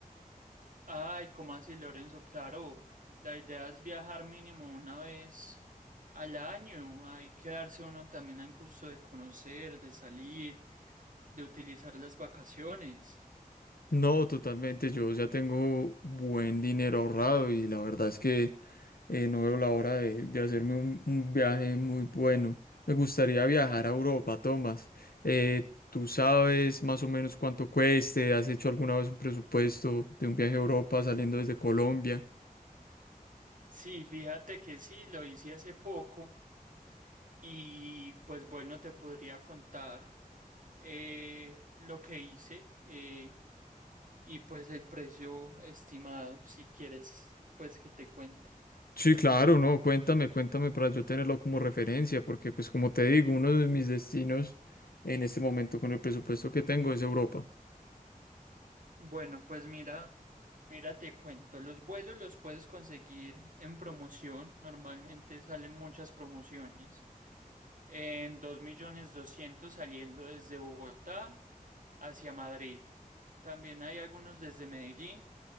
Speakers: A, on the right; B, on the left.
A: Ay, ¿cómo así Lorenzo? Claro, la idea es viajar mínimo una vez al año. Hay que darse uno también al gusto de conocer, de salir, de utilizar las vacaciones.
B: No, totalmente. Yo ya tengo buen dinero ahorrado y la verdad es que eh, no veo la hora de, de hacerme un, un viaje muy bueno. Me gustaría viajar a Europa, Tomás. Eh, ¿tú sabes más o menos cuánto cueste? ¿Has hecho alguna vez un presupuesto de un viaje a Europa saliendo desde Colombia?
A: Sí, fíjate que sí, lo hice hace poco y pues bueno, te podría contar eh, lo que hice eh, y pues el precio estimado, si quieres, pues que te cuente.
B: Sí, claro, no, cuéntame, cuéntame para yo tenerlo como referencia, porque pues como te digo, uno de mis destinos en este momento con el presupuesto que tengo es Europa.
A: Bueno, pues mira, mira, te cuento, los vuelos los puedes conseguir en promoción, normalmente salen muchas promociones, en dos millones doscientos saliendo desde Bogotá hacia Madrid. También hay algunos desde Medellín,